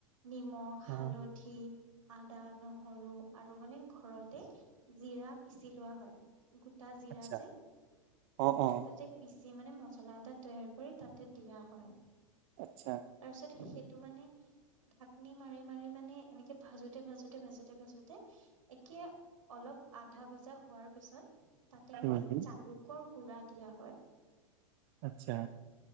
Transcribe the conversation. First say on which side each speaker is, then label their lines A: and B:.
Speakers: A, on the right; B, on the right.
A: নিমখ, হালধি,
B: অ
A: আদা, নহৰু আৰু মানে ঘৰতে জিৰা পিচি লোৱা হয়। গোটা জিৰা
B: আচ্ছা
A: যে
B: অ অ
A: তাতে পিচি মানে মছলা এটা তৈয়াৰ কৰি তাত দিয়া হয়।
B: আচ্ছা
A: তাৰ পিছত সেইটো মানে ঢাকনি মাৰি, মাৰি মানে এনেকে ভাজোতে-ভাজোতে-ভাজোতে। ভাজোতে ভাজোতে একে অলপ আধা ভজা হোৱাৰ পিছত তাতে
B: উম
A: মানে জালুকৰ গুড়া দিয়া হয়। <inaudible>
B: আচ্ছা।